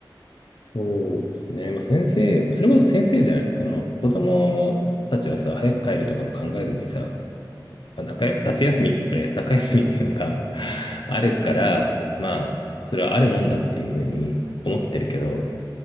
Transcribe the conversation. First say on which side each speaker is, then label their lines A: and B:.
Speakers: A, on the left; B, on the left.
A: そうですね。まあ、先生、それこそ先生じゃない。その、子供たちはさ、早く帰るとかも考えずにさ、まあ、中や、
B: うん、
A: 夏休みじゃない、中休みっていうのが <laughs> あるから、
B: うん、
A: まあ、それはあるもんだっていうふうに思ってるけど、